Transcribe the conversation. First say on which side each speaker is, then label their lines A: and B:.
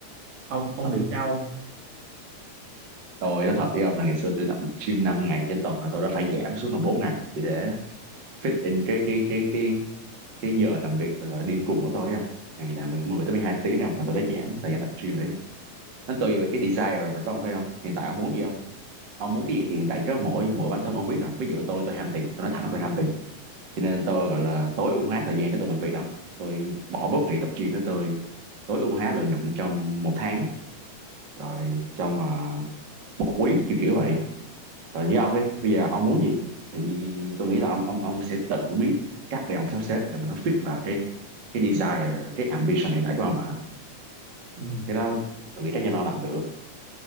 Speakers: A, on the right; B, on the right.
A: ông ông
B: Thật,
A: nghĩ sao không
B: tôi nói thật đi ông là ngày xưa tôi tập gym 5 ngày trên tuần là tôi đã phải giảm xuống còn 4 ngày chỉ để fit in cái cái cái cái cái giờ làm việc là điên cuồng của tôi đấy anh ngày làm mười mười tới 12 tiếng nào mà tôi đã giảm thời gian tập gym rồi đấy anh. nó tùy vào cái desire của ông thôi không hiện tại ông muốn gì không ông muốn cái gì thì hiện tại chỉ mỗi mỗi bản thân ông biết rồi ví dụ tôi tôi ham tiền tôi nói thẳng là tôi ham tiền cho nên tôi gọi là tối ưu hóa thời gian để tôi làm việc đâu tôi bỏ bớt ngày tập gym để tôi tối ưu hóa lợi nhuận trong một tháng rồi trong à, một quý kiểu kiểu vậy rồi như ông đi, bây giờ ông muốn gì thì tôi nghĩ là ông ông ông sẽ tự biết cách để ông sắp xếp để mà nó fit vào cái cái desire, cái ambition hiện tại của ông mà.
A: ừ,
B: Cái đó tôi nghĩ chắc chắn là ông làm được.